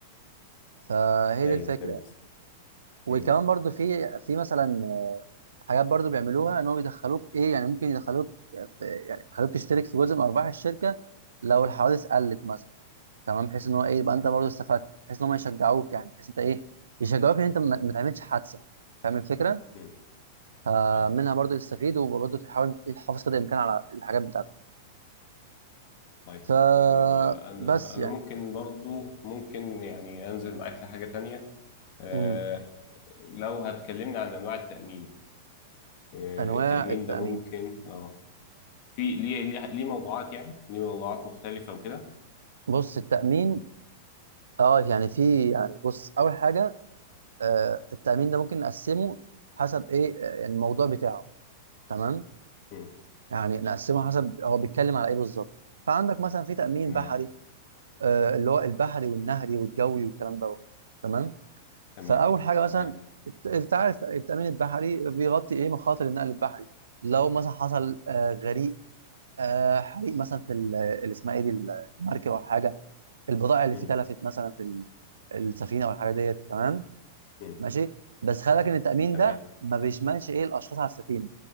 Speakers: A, on the right; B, on the left.
A: فهي
B: أيوه
A: دي الفكره
B: فهمت
A: وكمان
B: امم
A: برضو في في مثلا حاجات برضو بيعملوها ان هو بيدخلوك ايه يعني ممكن يدخلوك في يعني يخلوك تشترك في جزء من ارباح الشركه لو الحوادث قلت مثلا تمام بحيث ان هو ايه يبقى انت برضو استفدت بحيث ان هم يشجعوك يعني بحيث انت ايه يشجعوك ان انت ما ما تعملش حادثه فاهم الفكره؟
B: امم
A: فمنها
B: اه
A: برضو تستفيد وبرضو تحاول تحافظ قدر الامكان على الحاجات بتاعتك
B: طيب
A: ف
B: آه، أنا
A: بس
B: أنا
A: يعني
B: ممكن برضو ممكن يعني أنزل معاك لحاجة تانية آه،
A: مم.
B: لو هتكلمنا عن أنواع التأمين آه،
A: انواع
B: التأمين
A: التامين
B: ده ممكن اه في ليه ليه ليه موضوعات يعني ليه موضوعات مختلفة وكده
A: بص التامين اه يعني في يعني بص اول حاجه آه التامين ده ممكن نقسمه حسب ايه آه، يعني الموضوع بتاعه تمام
B: امم
A: يعني نقسمها حسب هو بيتكلم على ايه بالظبط فعندك مثلا في تأمين
B: تمام
A: بحري آه اللي هو البحري والنهري والجوي والكلام دوت تمام
B: تمام
A: فأول حاجة مثلا
B: تمام
A: الت- انت عارف التأمين البحري بيغطي ايه مخاطر النقل البحري لو مثلا حصل آه غريق آه حريق مثلا في ال- اللي اسمها ايه دي المركب او حاجة البضائع اللي
B: امم
A: فيه تلفت مثلا في ال- السفينة او الحاجة ديت تمام
B: امم
A: ماشي بس خلي بالك ان التامين
B: تمام
A: ده ما بيشملش ايه الاشخاص على السفينه